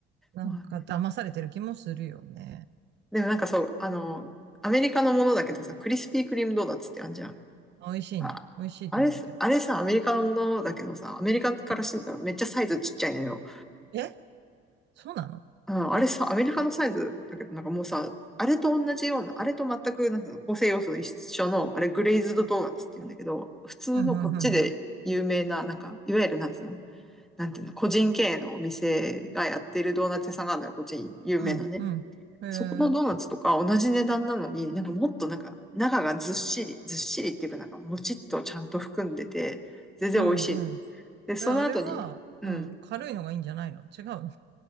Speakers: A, on the right (about 55°); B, in the centre.
A: なんか騙されてる気もするよね。
B: まあね。でもなんかそう、あの、アメリカのものだけどさ、クリスピークリームドーナツってあんじゃん。
A: 美味しいね。
B: あ、
A: 美味しいと思うけど。
B: あれす、あれさ、アメリカのものだけどさ、アメリカからしてみたらめっちゃサイズちっちゃいのよ。
A: うんえそうなの
B: うん、あれさ、アメリカのサイズだけど、なんかもうさ、あれと同じような、あれと全く、なんていうの、構成要素一緒の、あれグレイズドドーナツって言うんだけど、
A: うん、
B: 普通のこっちで有名な、
A: うん、うん、うん、
B: なんか、いわゆるなんていうのなんていうの、個人経営のお店がやってるドーナツ屋さんがあるのよ、こっちに有名なね。
A: うん、うん。うんへ
B: そこのドーナツとか同じ値段なのに、
A: え、
B: なんかもっとなんか中がずっしり、ずっしりっていうかなんかもちっとちゃんと含んでて、全然美味しい。
A: うん、うん。
B: で、その後に、
A: え、あれは、
B: うん。
A: うん、軽いのがいいんじゃないの違うの